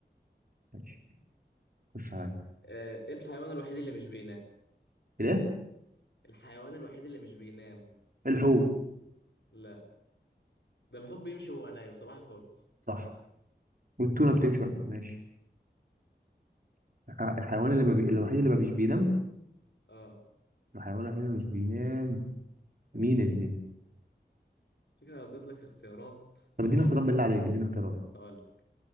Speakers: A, on the right; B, on the left.
A: ماشي خش عليا
B: آه، ايه الحيوان الوحيد اللي مش بينام
A: الايه
B: الحيوان الوحيد اللي مش بينام
A: الحوت
B: لا ده الحب بيمشي وهو نايم صباح الفل
A: صح والتونة بتمشي بقى. ماشي الح- الحيوان اللي ما بي... الوحيد اللي ما بيش بينام
B: اه
A: الحيوان الوحيد اللي مش بينام مين يا زميلي
B: فكرة اديت لك اختيارات
A: طب
B: طب
A: اديني
B: هقول
A: اختيارات
B: لك
A: بالله عليك اديني اختيارات
B: هقول لك